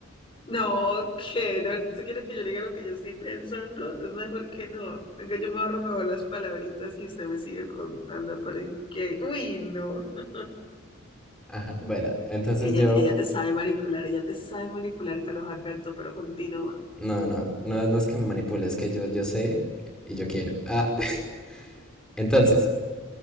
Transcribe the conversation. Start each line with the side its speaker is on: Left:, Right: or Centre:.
Left: No, que de verdad, si quieres que yo le diga lo que yo estoy pensando, es mejor que no. Venga, yo me ahorro mejor las palabritas y usted me sigue contando porque, uy, no. <laughs>
Centre: Ajá, bueno, entonces
Left: Ella,
Centre: yo,
Left: ella te sabe manipular, ella te sabe manipular, Carlos Alberto, pero continúa.
Centre: no, no, no, no es que me manipule, es que yo, yo sé y yo quiero. Ah, <laughs> entonces,